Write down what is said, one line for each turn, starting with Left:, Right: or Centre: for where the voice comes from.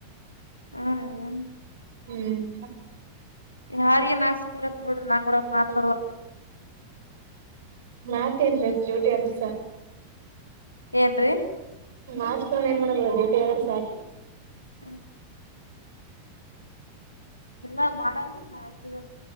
Left: ಹ್ಮೂಹೌ
Right: ಹ್ಮು
Left: ಯಾರಿಗೆ ನಾ ಆಕೊಸ್ಕೊಬಿಡ್ರಿ ನಾ ಕೂಡ ಮಾತಾಬಿಡ್ಲ
Right: ಯಾಕ ಹಂಗೆ ಮಾಡ್ತೀಯ ಗುಸ್ಸ
Left: ಏನ್ ರೀ
Right: ನಚ್ಕೊಂಡ್ ಏನ್ ಮಾಡನ ಡ್ಯೂಟಿ ಆದ್ರೂ ಸಾಕು
Left: ಹ ಎಲ್ಲ ಮಾಡಲ್ರಿ ನಾ ಅಕಿ ಜೊ